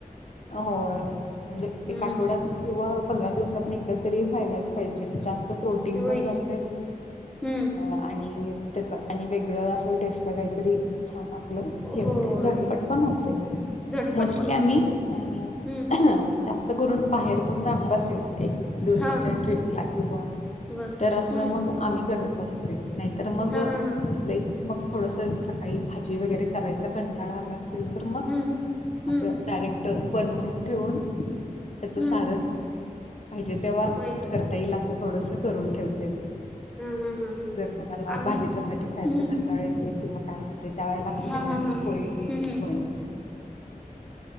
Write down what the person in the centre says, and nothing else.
हम्म
ते होय
की हम्म
होय
झटपट
पण होते
हम्म
हा
बर
हम्म
हा
हा हा
हम्म हम्म
हम्म
होय का
हा हा हा
आम्ही
हम्म
हा
हा हा हम्म
हम्म